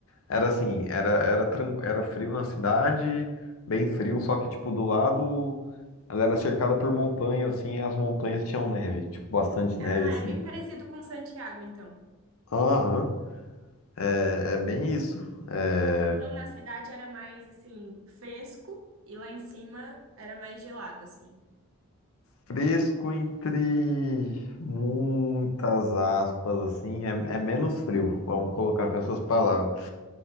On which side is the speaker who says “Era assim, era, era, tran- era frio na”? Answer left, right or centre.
Left